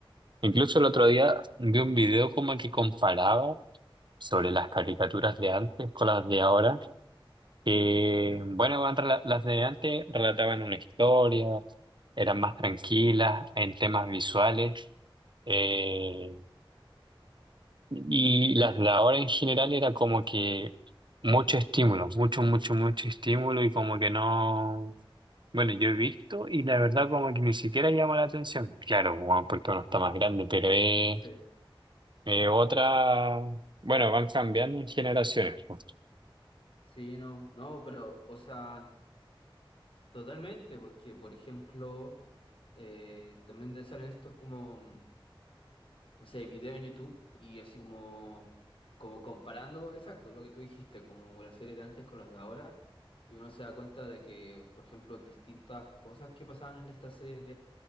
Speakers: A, on the right (about 60°); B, on the left (about 75°).
A: Incluso el otro día vi un video como que comparaba sobre las caricaturas de antes con las de ahora. Que,
B: ¿No?
A: bueno, weón, rela- las de antes relataban una historia, eran más tranquilas en temas visuales. eh, y las de ahora en general era como que mucho estímulo, mucho, mucho, mucho estímulo y como que no... Bueno, yo he visto y la verdad como que ni siquiera llama la atención. Claro, bueno, porque uno está más grande,
B: Mm.
A: pero es,
B: Sí,
A: es otra... Bueno, van cambiando en generaciones. pues.
B: sí, no, no, pero, o sea, totalmente, porque, por ejemplo, eh, también de- salen estos como, no sé, videos en YouTube y así como, como comparando, exacto, lo que tú dijiste, como las series de antes con las de ahora, y uno se da cuenta de que, por ejemplo, distintas cosas que pasaban en estas series